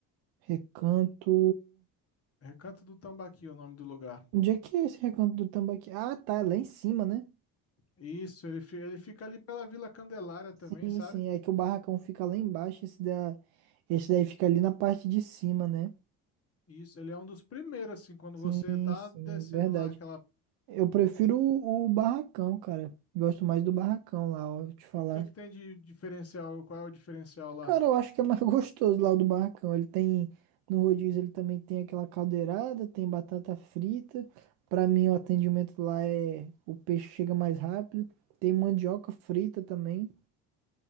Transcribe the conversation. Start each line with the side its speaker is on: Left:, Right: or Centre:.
Right: Recanto.
Left: É Recanto do Tambaqui, é o nome do lugar.
Right: Onde é que é esse recanto do tambaqui? Ah, tá, é lá em cima, né?
Left: Isso, ele, fi- ele fica ali pela Vila Candelária também,
Right: Sim,
Left: sabe?
Right: sim. É que o barracão fica lá embaixo. Esse, da... esse daí fica ali na parte de cima, né?
Left: Isso, ele é um dos primeiros, assim, quando
Right: Sim,
Left: você tá
Right: sim,
Left: descendo
Right: verdade.
Left: lá aquela.
Right: Eu prefiro o, o barracão, cara. Gosto mais do barracão lá, ó. Vou te falar.
Left: O que que tem de diferencial? Qual é o diferencial lá?
Right: Cara, eu acho que é mais <laughs> gostoso lá o do Barracão. Ele tem, no rodízio ele também tem aquela caldeirada, tem batata frita. Pra mim o atendimento lá é, o peixe chega mais rápido. Tem mandioca frita também,